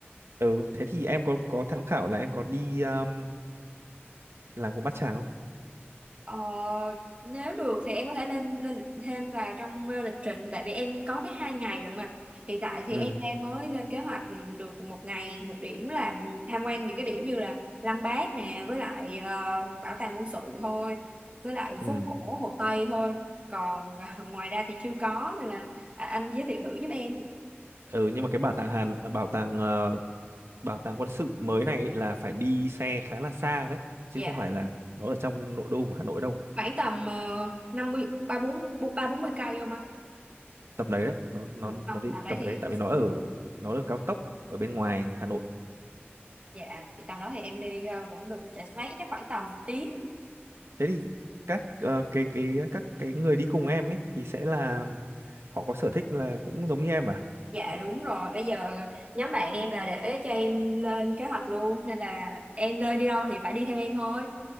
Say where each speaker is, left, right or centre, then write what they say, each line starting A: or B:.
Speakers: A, on the right (about 85°); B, on the right (about 30°).
A: ừ thế thì em có có tham khảo là em có đi um, làng của Bát Tràng không
B: Ờ, nếu được thì em có thể lên lên lịch thêm vào trong ờ, lịch trình tại vì em có tới hai ngày rồi mà hiện tại thì
A: ừ
B: em đang mới lên kế hoạch được một ngày một điểm là tham quan những cái điểm như là Lăng Bác nè với lại ờ, bảo tàng quân sự thôi với lại
A: ừ
B: phố cổ Hồ Tây thôi còn <laughs> ngoài ra thì chưa có nên là à, anh giới thiệu thử giúp em
A: ừ nhưng mà cái bảo tàng Hàn bảo tàng bảo tàng quân sự mới này ấy là phải đi xe khá là xa đấy chứ
B: dạ
A: không phải là nó ở trong nội đô của Hà Nội đâu
B: khoảng tầm uh, năm mươi ba bốn ba bốn mươi cây không ạ
A: tầm đấy đấy nó nó
B: ừ, không
A: nó đi
B: tầm đấy
A: tầm
B: thì
A: đấy tại vì nó ở nó ở cao tốc ở bên ngoài Hà Nội
B: Dạ, thì tầm đó thì em đi ờ, cũng được chạy xe máy chắc khoảng tầm một tiếng.
A: thế thì các ờ, cái cái các cái người đi cùng em ấy thì sẽ là họ có sở thích là cũng giống như em à
B: Dạ đúng rồi, bây giờ nhóm bạn em là để cho em lên kế hoạch luôn nên là em lên đi đâu thì phải đi theo em thôi.